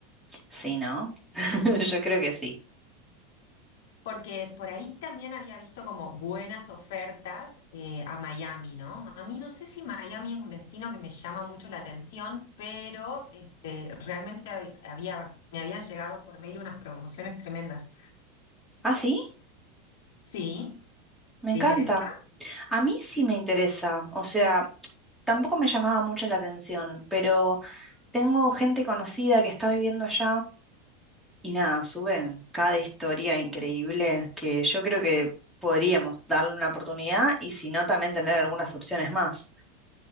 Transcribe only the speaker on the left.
porque por ahí también había visto como buenas ofertas eh, a Miami, ¿no? A mí no sé si Miami es un destino que me llama mucho la atención, pero este, realmente hab- había, me habían llegado por mail unas promociones tremendas.
Sí,
¿te
interesa?